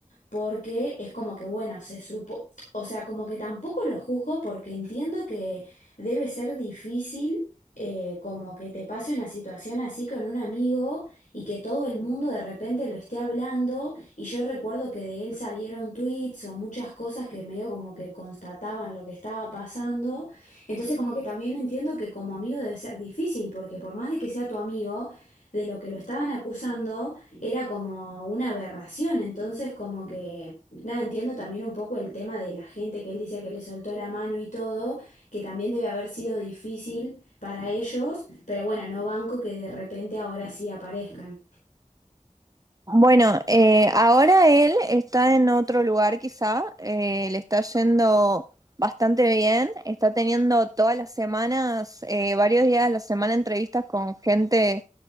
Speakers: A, on the left; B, on the right.
A: porque es como que, bueno, se supo, o sea, como que tampoco lo juzgo porque entiendo que debe ser difícil eh, como que te pase una situación así con un amigo y que todo el mundo de repente lo esté hablando y yo recuerdo que de él salieron tweets o muchas cosas que medio como que constataban lo que estaba pasando, entonces como que también entiendo que como amigo debe ser difícil porque por más de que sea tu amigo, de lo que lo estaban acusando, era como una aberración, entonces como que, nada, entiendo también un poco el tema de la gente que él dice que le soltó la mano y todo, que también debe haber sido difícil para ellos, pero bueno, no banco que de repente ahora sí aparezcan.
B: Bueno, eh, ahora él está en otro lugar quizá, eh, le está yendo bastante bien, está teniendo todas las semanas, eh, varios días a la semana entrevistas con gente